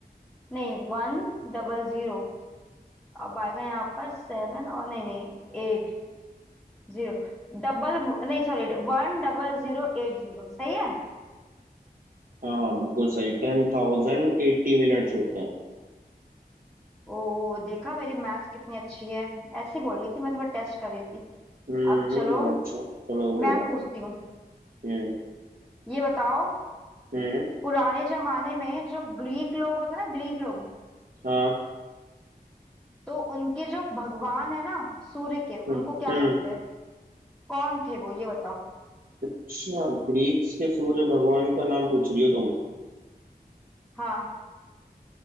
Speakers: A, in the centre; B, on the right.
A: नहीं वन डबल जीरो अब आएगा यहाँ पर सेवन और नहीं नहीं एट जीरो डबल नहीं sorry one double zero eight zero सही है
B: हाँ बिल्कुल सही टेन थाउजेंड एट्टी मिनट्स होते हैं
A: ओ देखा मेरी मैथ कितनी अच्छी है ऐसी बोल रही थी मैं तुम्हें टेस्ट कर रही थी
B: हम्म
A: अब चलो
B: अच्छा चलो तुम
A: मैं
B: बताओ
A: पूछती हूँ
B: हम्म
A: ये बताओ
B: हम्म
A: पुराने जमाने में जो ग्रीक लोग होते हैं ना ग्रीक लोग
B: हाँ
A: तो उनके जो भगवान है ना सूर्य के उनको
B: हम्म
A: क्या
B: हम्म
A: बोलते हैं कौन थे वो ये बताओ
B: अच्छा ग्रीक्स के सूर्य भगवान का नाम पूछ रही हो तुम
A: हाँ